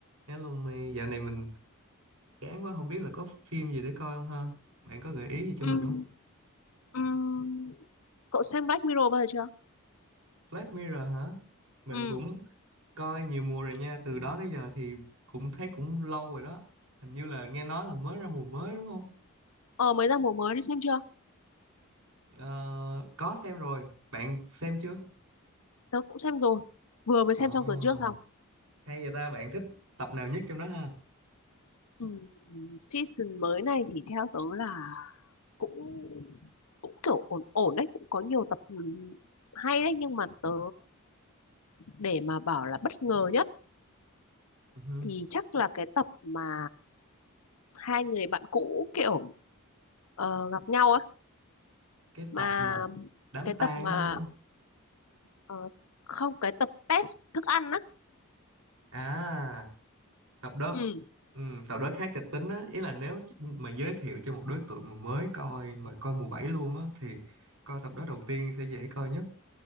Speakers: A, on the right; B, on the left.
A: Hello Mi, dạo này mình chán quá không biết là có phim gì để coi không ha? Bạn có gợi ý gì cho
B: Ừm,
A: mình không?
B: ừm, cậu xem Black Mirror bao giờ chưa?
A: Black Mirror hả? Mình
B: Ừm,
A: cũng coi nhiều mùa rồi nha, từ đó tới giờ thì cũng thấy cũng lâu rồi đó. Hình như là nghe nói là mới ra mùa mới đúng không?
B: Ờ mới ra mùa mới đi xem chưa?
A: Ờ, có xem rồi, bạn xem chưa?
B: Tớ cũng xem rồi. Vừa mới
A: Ờ,
B: xem xong tuần trước xong.
A: hay vậy ta, bạn thích tập nào nhất trong đó ha?
B: Ừm, Season mới này thì theo tớ là cũng cũng kiểu ổn ổn đấy, cũng có nhiều tập ừm, hay đấy nhưng mà tớ để mà bảo là bất ngờ nhất
A: Ừ hừ,
B: thì chắc là cái tập mà hai người bạn cũ kiểu ờ, gặp nhau á
A: Cái
B: mà
A: tập mà đám
B: cái tập
A: tang
B: mà
A: đó đúng không?
B: ờ, không cái tập test thức ăn á.
A: À, tập đó
B: Ừ.
A: ừm, tập đó khá kịch tính á ý là nếu ch- mà giới thiệu cho một đối tượng mà mới coi mà coi mùa 7 luôn á thì coi tập đó đầu tiên sẽ dễ coi nhất